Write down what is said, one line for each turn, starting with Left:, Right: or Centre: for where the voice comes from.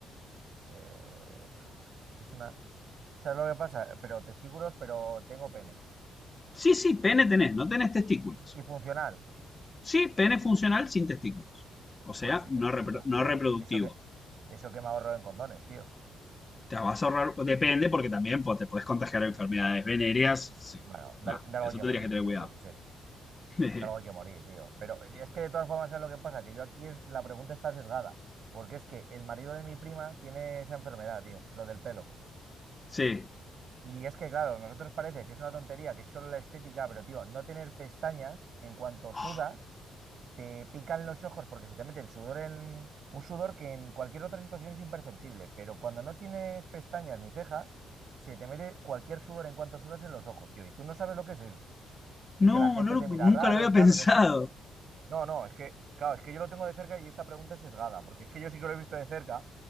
Right: Eh, es que es una... ¿Sabes lo que pasa? Pero testículos, pero tengo pene.
Left: Sí, sí, pene tenés, no tenés testículos.
Right: ¿Y, y funcional?
Left: Sí, pene funcional sin testículos. O sea,
Right: Pues sin
Left: no,
Right: testículos,
Left: repro- no
Right: tío.
Left: reproductivo.
Right: Eso que, eso que me ahorro en condones, tío.
Left: Te vas a ahorrar, depende, porque también pues, te podés contagiar enfermedades venéreas. Así que,
Right: Bueno, da,
Left: nada,
Right: da algo
Left: eso
Right: hay que
Left: tendrías
Right: morir,
Left: que tener
Right: tío.
Left: cuidado.
Right: Yo qué sé.
Left: <laughs>
Right: de algo hay que morir, tío. Pero es que de todas formas, ¿sabes lo que pasa? Que yo aquí es, la pregunta está sesgada, porque es que el marido de mi prima tiene esa enfermedad, tío, lo del pelo.
Left: Sí.
Right: Y es que, claro, nosotros parece que es una tontería, que es solo la estética, pero, tío, no tener pestañas en cuanto sudas,
Left: Oh,
Right: te pican los ojos porque se te mete el sudor en un sudor que en cualquier otra situación es imperceptible, pero cuando no tienes pestañas ni cejas, se te mete cualquier sudor en cuanto sudas en los ojos, tío, y tú no sabes lo que es eso. Y
Left: no,
Right: que la gente
Left: no
Right: te
Left: nunca
Right: mira raro
Left: lo había
Right: y
Left: <laughs> pensado.
Right: tal, o sea, es que no, no, es que, claro, es que yo lo tengo de cerca y esta pregunta es sesgada, porque es que yo sí que lo he visto de cerca,